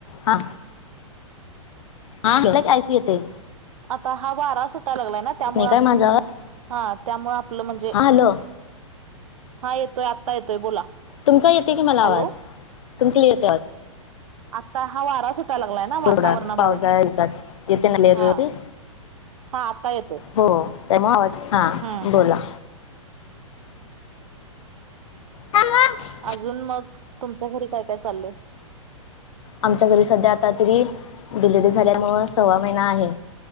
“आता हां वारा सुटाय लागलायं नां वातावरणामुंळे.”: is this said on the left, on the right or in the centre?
Right